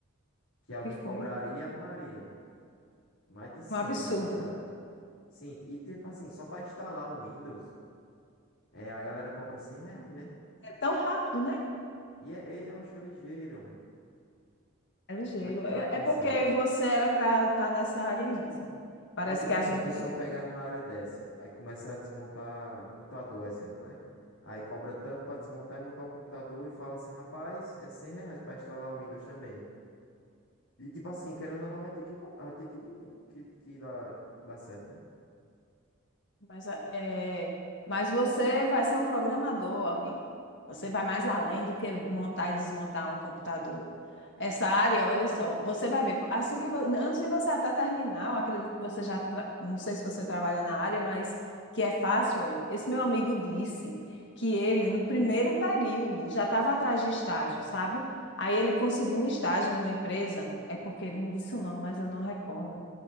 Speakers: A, on the left (about 75°); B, on the left (about 55°).
A: que alguém
B: E
A: cobraria,
B: foi
A: Ave Maria, mais de 100
B: um absurdo.
A: pra ajeitar. Sim, e tipo assim, só pra instalar um Windows, é, a galera cobra 100 reais, né?
B: É tão rápido, né?
A: E é, é, é ligeiro, mano,
B: É ligeiro.
A: pra, que-
B: É,
A: pra quem
B: é porque
A: sabe.
B: você era para estar nessa área mesmo. Parece
A: Aí, tipo
B: que a
A: assim,
B: gente
A: a pessoa pega uma área dessa, aí começa a desmontar computador, exemplo, né? Aí cobra tanto pra desmontar e montar um computador e fala assim, rapaz, é 100 reais pra instalar o Windows também. E tipo assim, querendo ou não, vai ter que, vai ter que, que, que dar, dar certo, né?
B: Mas, é, mas você vai ser um programador, amigo. Você vai mais além do que montar e desmontar um computador. Essa área, olha só, você vai ver, assim que vo- antes de você até terminar, eu acredito que você já, tra- não sei se você trabalha na área, mas que é fácil, olha. Esse meu amigo disse que ele, no primeiro período, já estava atrás de estágio, sabe? Aí ele conseguiu um estágio numa empresa, é porque ele me disse o nome, mas eu não recordo.